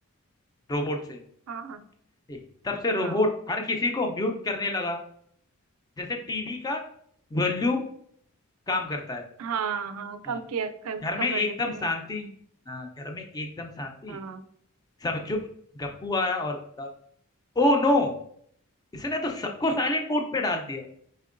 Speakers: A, on the left; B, on the right.
A: रोबोट से
B: हाँ हाँ
A: ठीक। तब से रोबोट
B: हाँ
A: हर किसी को म्यूट करने लगा जैसे टीवी का वॉल्यूम काम करता है
B: हाँ हाँ कम
A: हाँ,
B: किया कम
A: घर में
B: कम कर
A: एकदम
B: देते हैं
A: शांति हाँ घर में एकदम शांति
B: हाँ
A: सब चुप गप्पू आया और बोला ओ नो इसने तो सबको साइलेंट मोड पे डाल दिया